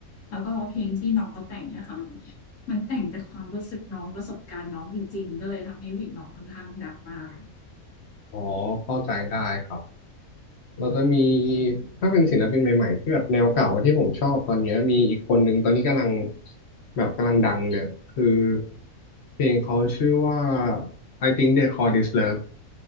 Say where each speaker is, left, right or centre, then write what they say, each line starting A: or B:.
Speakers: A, on the left; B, on the left.
A: แล้วก็เพลงที่น้องเขาแต่งเนี่ยค่ะมันแต่งจากความรู้สึกน้องประสบการณ์น้องจริงๆก็เลยทำให้วิกน้องค่อนข้างดังมาก
B: อ๋อเข้าใจได้ครับ เราจะมีถ้าเป็นศิลปินใหม่ๆที่แบบแนวเก่าที่ผมชอบตอนเนี้ยมีอีกคนนึงตอนนี้กำลังแบบกำลังดังเลยอะคือเพลงเขาชื่อว่า I think they call this love